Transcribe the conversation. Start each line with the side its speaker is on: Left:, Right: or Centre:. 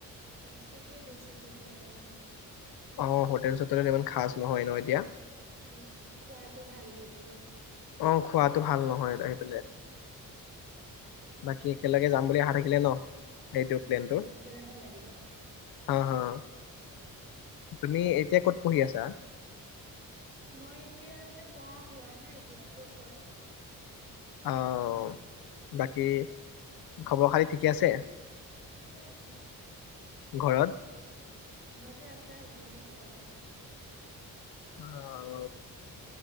Right: হোমষ্টেটোৱে বেছি প্ৰিফাৰ কৰিলে ভাল।
Left: অ হোটেল চোটেল ইমান খাজ নহয় ন এতিয়া।
Right: উম খোৱাটো ভাল নি দিয়ে।
Left: অ খোৱাতো ভাল নহয় ত। বাকী একেলগে যাম বুলি আশা থাকিলে ন। সেইটো
Right: অ
Left: প্লেনটো
Right: সেইটোৱে গলে ভাল লাগিব।
Left: হা হা তুমি এতিয়া ক'ত পঢ়ি আছা?
Right: মই এতিয়া এতিয়া পঢ়া হোৱা নাই এতিয়া ক'ত হয়!
Left: আহ বাকী খবৰ খাতি ঠিকে আছে।
Right: ঠিকেই আছে।
Left: ঘৰত।
Right: ঘৰটো আছে ভালেই চবৰ।
Left: আহ